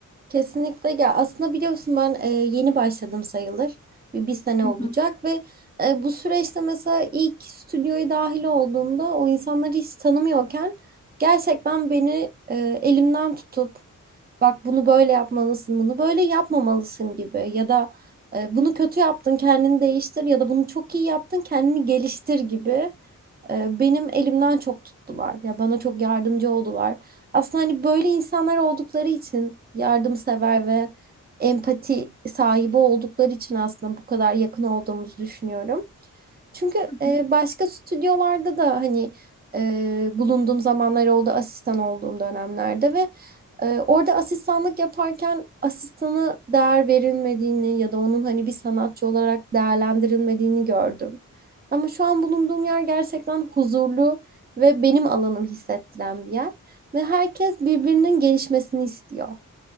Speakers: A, on the right (about 30°); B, on the left (about 20°).
A: Kesinlikle ya aslında biliyorsun ben e, yeni başladım sayılır. Bir, bir sene
B: Hı
A: olacak
B: hı,
A: ve e, bu süreçte mesela ilk stüdyoya dahil olduğumda o insanları hiç tanımıyorken gerçekten beni e, elimden tutup bak bunu böyle yapmalısın, bunu böyle yapmamalısın gibi ya da e, bunu kötü yaptın kendini değiştir ya da bunu çok iyi yaptın kendini geliştir gibi e, benim elimden çok tuttular. Ya bana çok yardımcı oldular. Aslında hani böyle insanlar oldukları için yardımsever ve empati sahibi oldukları için aslında bu kadar yakın olduğumuzu düşünüyorum. Çünkü
B: hı
A: e, başka stüdyolarda da hani e, bulunduğum zamanlar oldu asistan olduğum dönemlerde ve e, orada asistanlık yaparken asistanı değer verilmediğini ya da onun hani bir sanatçı olarak değerlendirilmediğini gördüm. Ama şu an bulunduğum yer gerçekten huzurlu ve benim alanım hissettiren bir yer ve herkes birbirinin gelişmesini istiyor.